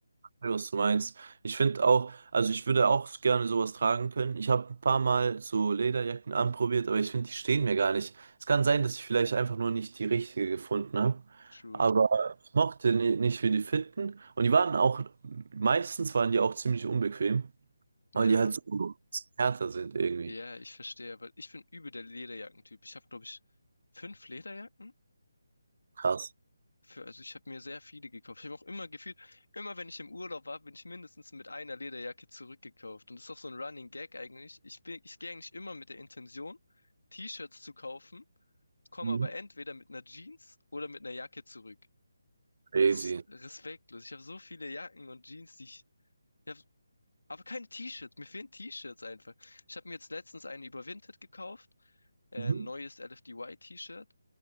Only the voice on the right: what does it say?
Ja, was du meinst. Ich finde auch, also ich würde auch gerne sowas tragen können. Ich habe ein paar Mal so Lederjacken anprobiert, aber ich finde, die stehen mir gar nicht. Es kann sein, dass ich vielleicht einfach nur nicht die richtige gefunden habe.
Aber ich mochte ni- nicht, wie die fitten. Und die waren auch, meistens waren die auch ziemlich unbequem, weil
die halt so härter sind irgendwie.
Krass.
Mhm.
Crazy.
Mhm.